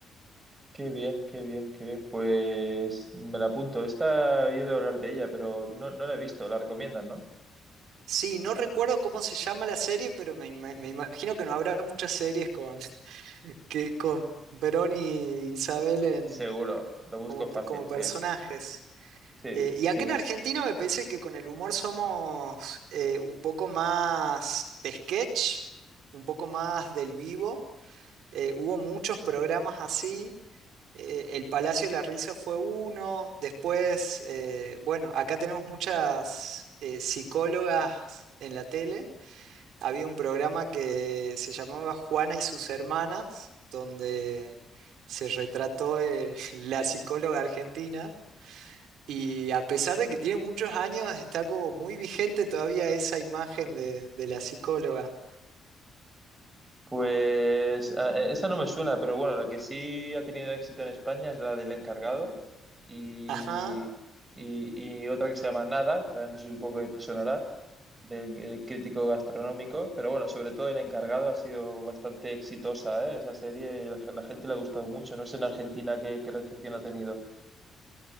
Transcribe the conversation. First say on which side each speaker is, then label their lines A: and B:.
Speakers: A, on the right; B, on the right.
A: Qué bien, qué bien, qué bien. Pues me la apunto. Esta he oído hablar de ella, pero no, no la he visto. La recomiendan, ¿no?
B: Sí, no recuerdo cómo se llama la serie, pero me, ima- me imagino que no habrá muchas series con, <laughs> que, con Perón y Isabel en
A: Seguro. Lo busco
B: como,
A: fácil,
B: como
A: sí.
B: personajes.
A: Sí,
B: Eh, y
A: sí.
B: acá en Argentina me parece que con el humor somos eh, un poco más de sketch, un poco más del vivo. Eh, hubo muchos programas así. eh, El Palacio de la Risa fue uno. Después, eh, bueno, acá tenemos muchas eh, psicólogas en la tele. Había un programa que se llamaba Juana y sus hermanas, donde se retrató eh, <laughs> la psicóloga argentina. Y a pesar de que tiene muchos años, está como muy vigente todavía esa imagen de, de la psicóloga.
A: Pues a- e- esa no me suena, pero bueno, la que sí ha tenido éxito en España es la del encargado y,
B: Ajá.
A: y, y otra que se llama Nada, que también no sé, supongo que te sonará, del eh, crítico gastronómico, pero bueno, sobre todo el encargado ha sido bastante exitosa, ¿eh? Esa serie, la, la gente le ha gustado mucho, no sé en Argentina qué, qué recepción ha tenido.